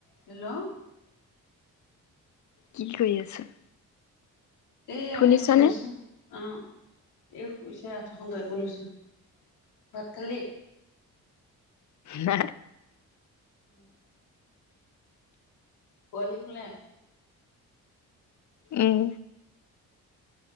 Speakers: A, on the left; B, on the left.
A: Hello
B: কি কৰি আছা
A: এাই
B: শুনিছানে?
A: এ শুইছে অ এ শুইছে আঁঠখন ধৰি গ লৈছো ভাত খালি
B: ন
A: উম পোৱালি শ ন
B: উম